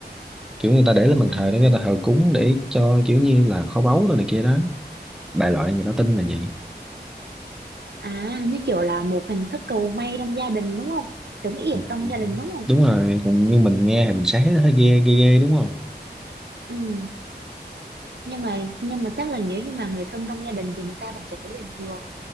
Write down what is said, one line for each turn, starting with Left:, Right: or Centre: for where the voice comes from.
Centre: kiểu người ta để lên bàn
Right: à
Centre: thờ để người ta thờ cúng để cho kiểu như là kho báu rồi này kia đó đại loại người ta tin là vậy
Right: à như kiểu là một hình thức cầu may trong gia đình đúng không trấn yểm
Centre: Ừ.
Right: trong gia đình đúng không
Centre: đúng rồi còn như mình nghe thì mình sẽ thấy nó hơi ghê ghê ghê đúng không
Right: ừ. nhưng mà nhưng mà chắc là nếu như mà người thân trong gia đình thì người ta cũng sẽ thấy bình thường